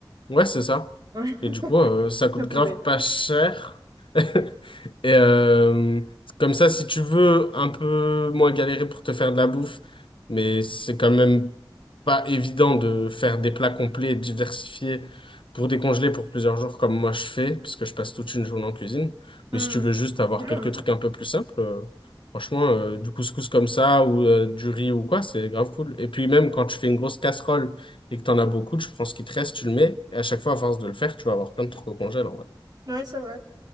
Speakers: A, on the left; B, on the right.
A: Ouais, c'est ça.
B: Ouais, <laughs>
A: Et du coup, euh, ça coûte
B: c'est un peu
A: grave
B: bête.
A: pas cher. <laughs> Et euh, comme ça, si tu veux un peu moins galérer pour te faire de la bouffe, mais c'est quand même pas évident de faire des plats complets et diversifiés pour décongeler pour plusieurs jours comme moi je fais, parce que je passe toute une journée en cuisine.
B: Hmm.
A: Mais si tu veux juste avoir
B: C'est long,
A: quelques trucs
B: hein?
A: un peu plus simples, euh, franchement, euh, du couscous comme ça ou euh, du riz ou quoi, c'est grave cool. Et puis même quand tu fais une grosse casserole et que t'en as beaucoup, tu prends ce qui te reste, tu le mets, et à chaque fois, à force de le faire, tu vas avoir plein de trucs au congèle, en vrai.
B: Ouais, c'est vrai.